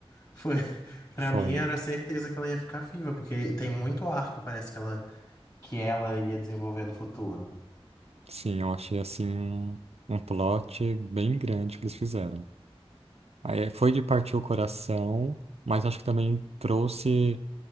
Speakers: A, on the left; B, on the right.
A: Foi. <laughs> Pra
B: Foi.
A: mim era certeza que ela ia ficar viva, porque tem muito arco, parece que ela, que ela ia desenvolver no futuro.
B: Sim, eu achei assim um, um plot bem grande que eles fizeram. Aí eh, foi de partir o coração, mas acho que também trouxe